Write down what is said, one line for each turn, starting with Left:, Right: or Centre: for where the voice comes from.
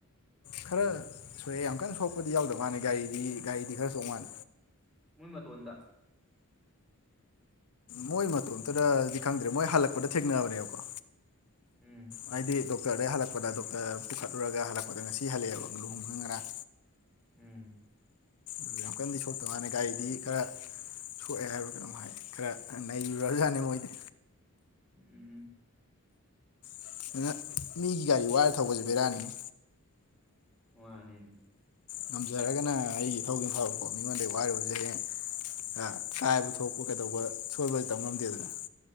Left: ꯈꯔ ꯁꯣꯛꯑꯦ ꯌꯥꯝ ꯀꯟꯅ ꯁꯣꯛꯄꯗꯤ ꯌꯥꯎꯗꯕ ꯃꯥꯜꯂꯦ ꯒꯥꯔꯤꯗꯤ ꯒꯥꯔꯤꯗꯤ ꯈꯔ ꯁꯣꯛ ꯃꯥꯥꯟ
Centre: <unintelligible> ꯇꯣꯟꯗ
Left: ꯃꯣꯏ ꯃꯇꯣꯝꯇꯗꯗꯤ ꯈꯪꯗ꯭ꯔꯦ ꯃꯣꯏ ꯍꯜꯂꯛꯄꯗ ꯊꯦꯡꯅꯕꯅꯦꯕꯀꯣ
Centre: ꯎꯝ
Left: ꯍꯥꯏꯗꯤ ꯗꯣꯛ ꯇꯔꯗꯩ ꯍꯜꯂꯛꯄꯗ ꯗꯣꯛꯇꯔ ꯄꯨꯈꯠꯂꯨꯔꯒ ꯍꯜꯂꯛꯄꯗ ꯉꯁꯤ ꯍꯜꯂꯛꯑꯦꯕ ꯂꯨꯍꯣꯡꯕꯅ ꯉꯔꯥꯡ
Centre: ꯎꯝ
Left: ꯑꯗꯨ ꯌꯥꯝ ꯀꯟꯗꯤ ꯁꯣꯛꯇꯧ ꯃꯥꯅꯤ ꯒꯥꯔꯤꯗꯤ ꯈꯔ ꯁꯣꯛꯑꯦ ꯍꯥꯏꯕ ꯀꯩꯅꯣꯝ ꯍꯥꯏ ꯈꯔ ꯅꯩꯔꯨꯔꯖꯥꯠꯅꯤ ꯃꯣꯏꯗꯤ
Centre: ꯎꯝ
Left: <unintelligible> ꯃꯤꯒꯤ ꯒꯥꯔꯤ ꯋꯥꯔ ꯊꯧꯕꯁꯦ ꯕꯦꯔꯥꯅꯤꯅꯤ
Centre: ꯃꯥꯅꯤꯅꯦ
Left: ꯉꯝꯖꯔꯒꯅ ꯑꯩꯒꯤ ꯊꯧꯒꯤꯝ ꯐꯕ ꯃꯤꯉꯣꯟꯗꯩ ꯋꯥꯏ <unintelligible> ꯀꯥꯏꯕ ꯊꯣꯛꯄ ꯀꯩꯗꯧꯕ ꯁꯣꯏꯕꯗꯤ ꯇꯧ ꯉꯝꯗꯦꯗꯅ